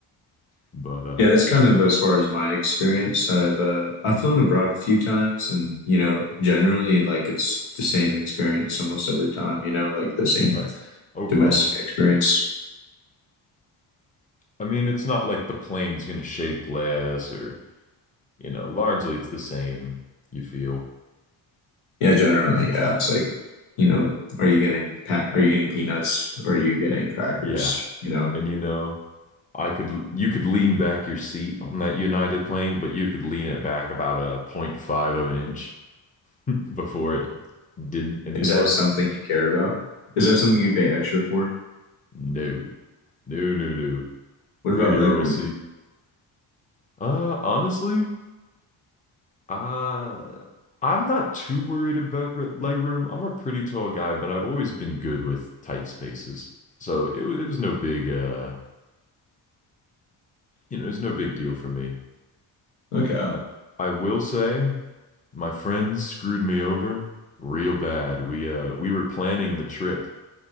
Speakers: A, on the left; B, on the left.
A: But uh
B: Yeah, that's kind of as far as my experience. I've uh, I've flown abroad a few times, and you know, generally, like it's the same experience almost every time. You know, like the same
A: right, overall.
B: domestic experience.
A: I mean, it's not like the plane's gonna shake less or, you know, largely it's the same, you feel.
B: Yeah, generally, yeah. It's like, you know, are you getting pa are you getting peanuts? Or are you getting crackers?
A: Yeah.
B: You know,
A: And you know, I could l- you could lean back your seat on that United plane, but you could lean it back about a point five of an inch <laughs> before it didn't anymore.
B: is that something you care about? Is that something you'd pay extra for?
A: No. No, no, no.
B: What
A: Regular
B: about legroom?
A: old seat. Uh, honestly, uh, I'm not too worried about re- leg room. I'm a pretty tall guy, but I've always been good with tight spaces. So it, wa- it was no big, uh, you know, it was no big deal for me.
B: Okay,
A: I, I will say my friends screwed me over real bad. We, uh, we were planning the trip